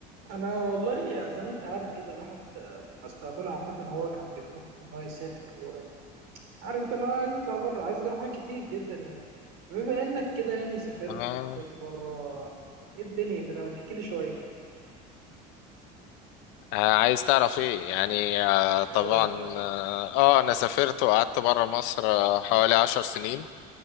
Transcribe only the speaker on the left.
آه
آه، عايز تعرف ايه يعني آه طبعا
اه آه، انا سافرت وقعدت بره مصر آه، حوالي عشر سنين